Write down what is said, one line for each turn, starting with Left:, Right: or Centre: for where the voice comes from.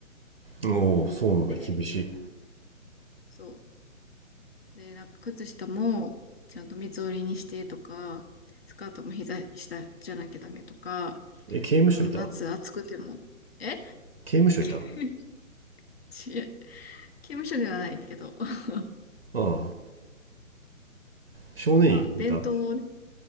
Right: うん。おお、そうなんだ、
Left: で、
Right: 厳しい。
Left: そう。で、なんか靴下もちゃんと三つ折りにしてとか、スカートも膝下じゃなきゃダメとか、
Right: え、刑務所いた
Left: あの、夏暑くても、え
Right: 刑務所いたあ
Left: <laughs> ちえ刑務所ではないけど、<laughs>
Right: あ、少年院いた
Left: まあ、伝統をね、